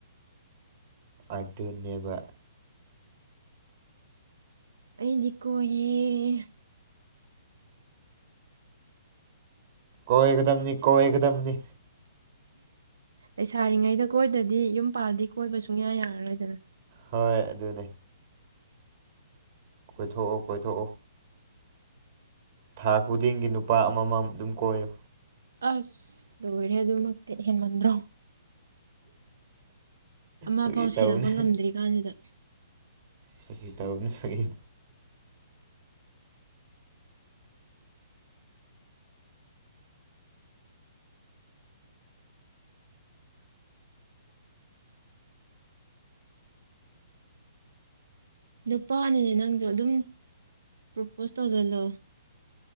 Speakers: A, on the right; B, on the right.
A: ꯑꯗꯨꯅꯦꯕ
B: ꯑꯩꯗꯤꯀꯣ ꯍꯌꯦ
A: ꯀꯣꯏꯒꯗꯝꯅꯤ ꯀꯣꯏꯒꯗꯝꯅꯤ
B: ꯂꯩꯁꯥꯔꯤꯉꯩꯗ ꯀꯣꯏꯗꯗꯤ ꯌꯨꯝ ꯄꯥꯜꯗꯤ ꯀꯣꯏꯕ ꯁꯨꯡꯌꯥ ꯌꯥꯔꯔꯣꯏꯗꯅ
A: ꯍꯣꯏ ꯑꯗꯨꯅꯦ ꯀꯣꯏꯊꯣꯛꯑꯣ ꯀꯣꯏꯊꯣꯛꯑꯣ ꯊꯥ ꯈꯨꯗꯤꯡꯒꯤ ꯅꯨꯄꯥ ꯑꯃꯃꯝ ꯑꯗꯨꯝ ꯀꯣꯏꯌꯨ
B: ꯑꯁ ꯂꯣꯏꯔꯦ ꯑꯗꯨꯃꯛꯇꯤ ꯍꯦꯟꯃꯟꯗ꯭ꯔꯣ ꯑꯃ
A: ꯐꯥꯒꯤ
B: ꯄꯥꯎ ꯁꯦꯟꯅꯕ
A: ꯇꯧꯕꯅꯤ
B: ꯉꯝꯗ꯭ꯔꯤ ꯀꯥꯟꯁꯤꯗ
A: ꯐꯥꯀꯤ ꯇꯕꯨꯅꯤ ꯐꯥꯒꯤ
B: ꯅꯨꯄꯥꯅꯤꯅꯦ ꯅꯪꯁꯨ ꯑꯗꯨꯝ ꯄ꯭ꯔꯣꯄꯣꯁ ꯇꯧꯁꯤꯜꯂꯣ